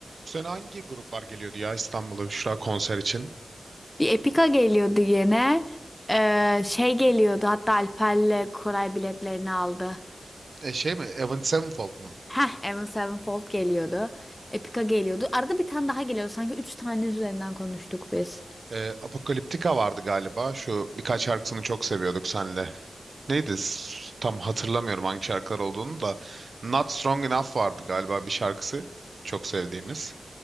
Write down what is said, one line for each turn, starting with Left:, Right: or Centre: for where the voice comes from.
Right: Bu sene hangi gruplar geliyordu ya İstanbul'a Büşra konser için?
Left: Bir Epica geliyordu yine. Ee, şey geliyordu hatta Alper'le Koray biletlerini aldı.
Right: E, şey mi? Avenged Sevenfold mu?
Left: Heh, Avenged Sevenfold geliyordu. Epica geliyordu. Arada bir tane daha geliyordu. Sanki üç tane üzerinden konuştuk biz.
Right: E, Apocalyptica vardı galiba. Şu birkaç şarkısını çok seviyorduk senle. Neydi? S- Tam hatırlamıyorum hangi şarkılar olduğunu da. Not Strong Enough vardı galiba bir şarkısı. Çok sevdiğimiz.